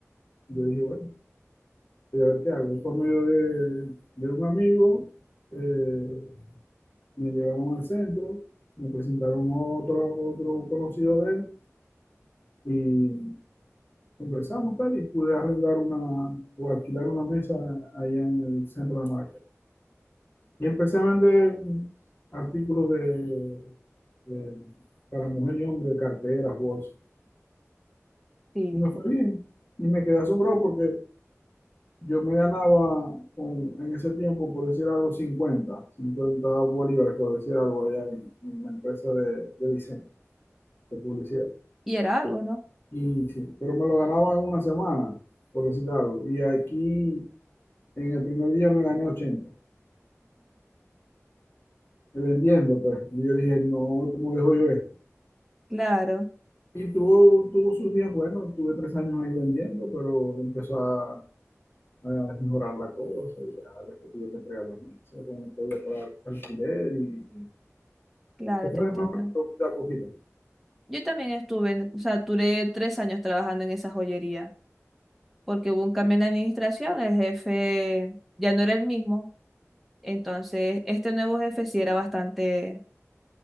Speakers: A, on the left; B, in the centre.
A: yo dije, bueno, voy a ver qué hago. Y por medio de, de un amigo eh, me llevaron al centro, me presentaron otro, otro conocido de él y conversamos tal y pude arrendar una o alquilar una mesa allá en el centro de market. Y empecé a vender artículos de, de- para mujer y hombre, carteras, bolsas.
B: Sí.
A: Y me fue bien. Y me quedé asombrado porque Yo me ganaba con- en ese tiempo, por decir algo, cincuenta cincuenta bolívares, por decir algo, allá en, en la empresa de, de diseño, de publicidad.
B: Y era algo, ¿no?
A: Y sí, pero me lo ganaba en una semana, por decir algo. Y aquí, en el primer día, me gané 80 vendiendo, pues. Y yo dije, no, ¿cómo dejo yo esto?
B: Claro,
A: Y tuvo, tuvo sus días buenos, tuve tres años ahí vendiendo, pero empezó a, a mejorar la cosa. Y ya, después tuve que entregar las mesas, porque no podía pagar alquiler y
B: claro,
A: Se fue
B: te entiendo.
A: de nuevo, pero de a poquito.
B: Yo también estuve, en- o sea, duré tres años trabajando en esa joyería, porque hubo un cambio en la administración, el jefe ya no era el mismo, entonces este nuevo jefe sí era bastante